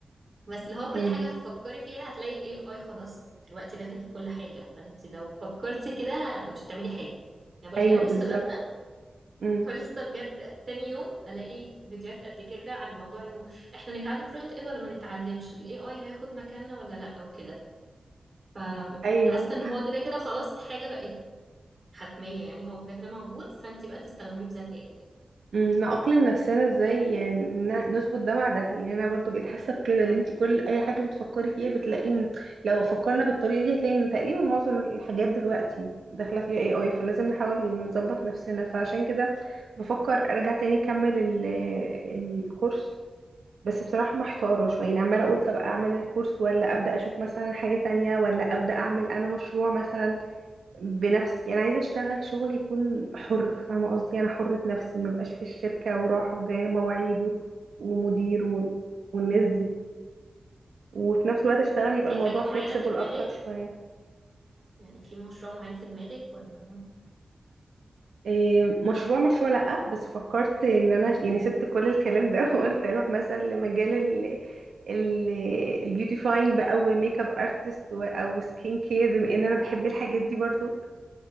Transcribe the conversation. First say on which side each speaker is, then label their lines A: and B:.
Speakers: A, on the right; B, on the right.
A: بس اللي هو كل
B: امم
A: حاجة هتفكري فيها هتلاقي الاي اي خلاص دلوقتي داخل في كل حاجة فانت لو فكرتي كده مش هتعملي حاجة يعني بقول
B: ايوه
A: لك انا
B: بالظبط
A: لسه بادئة
B: امم
A: فلسه بجد تاني يوم الاقي فيديوهات قد كده عن موضوع انه احنا نتعلم فرونت اند ولا ما نتعلمش الاي اي هياخد مكاننا ولا لا او كده فحاسة
B: ايوه
A: ان هو كده كده خلاص حاجة بقت حتمية يعني هو كده كده موجود فانت بقى تستخدميه بذكاء
B: مم، نأقلم نفسنا ازاي يعني ن- نظبط ده مع ده يعني انا برضو بقيت حاسه بكده
A: طب
B: ان انت كل اي حاجه بتفكري فيها بتلاقي ان لو فكرنا بالطريقه دي هتلاقي ان تقريبا معظم الحاجات دلوقتي داخله فيها اي اي فلازم نحاول نظبط نفسنا فعشان كده بفكر ارجع تاني اكمل ال- الكورس بس بصراحه محتاره شويه يعني عماله اقول طب اعمل الكورس ولا ابدا اشوف مثلا حاجه تانية ولا ابدا اعمل انا مشروع مثلا بنفسي انا عايزه اشتغل شغل يكون حر فاهمه قصدي انا حره نفسي ما بقاش في الشركه وراحه وجايه مواعيد و- ومدير و... والناس دي وفي نفس الوقت اشتغل
A: طب
B: يبقى
A: في
B: الموضوع
A: حاجة معينة
B: flexible
A: في دماغك
B: اكتر شويه
A: يعني في مشروع معين في دماغك ولا
B: إيه مشروع مشروع لا بس فكرت ان انا يعني سبت كل الكلام ده <laughs> وقلت اروح مثلا لمجال ال ال البيوتيفاينج بقى والميك اب ارتست او سكين كير بما ان انا بحب الحاجات دي برضو